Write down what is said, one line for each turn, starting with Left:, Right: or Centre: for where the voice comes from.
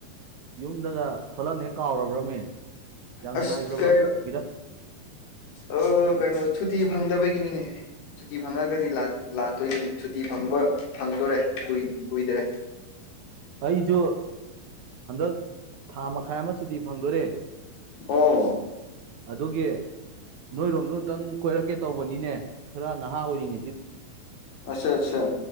Right: ꯌꯨꯝꯗꯒ ꯊꯂꯛꯅꯦ ꯀꯥꯎꯔꯕ꯭ꯔꯅꯦ ꯌꯥꯝ
Left: ꯑꯁ
Right: ꯅꯨꯡꯉꯥꯏꯈ꯭ꯔꯕ
Left: ꯀꯩꯅꯣ
Right: ꯃꯤꯝ
Left: ꯑ ꯀꯩꯅꯣ ꯁꯨꯇꯤ ꯐꯪꯗꯕꯒꯤꯅꯤꯅꯦ ꯁꯨꯇꯤ ꯐꯪꯉꯒꯗꯤ ꯂꯥꯛꯇꯣꯏꯅꯤ ꯁꯨꯇꯤ ꯐꯪꯕ ꯐꯪꯗꯣꯔꯦ ꯀꯨꯏꯗ꯭ꯔꯦ
Right: <unintelligible> ꯑꯩꯁꯨ ꯍꯟꯗꯛ ꯊꯥ ꯃꯈꯥꯏ ꯑꯃ ꯁꯨꯇꯤ ꯐꯪꯗꯣꯔꯦ
Left: ꯑꯣ
Right: ꯑꯗꯨꯒꯤ ꯅꯣꯏꯔꯣꯝꯗꯣ ꯑꯃꯨꯛꯇꯪ ꯀꯣꯏꯔꯛꯀꯦ ꯇꯧꯕꯅꯤꯅꯦ ꯈꯔ ꯅꯍꯥ ꯑꯣꯏꯔꯤꯉꯦꯁꯤ
Left: ꯑꯆꯥ ꯑꯆꯥ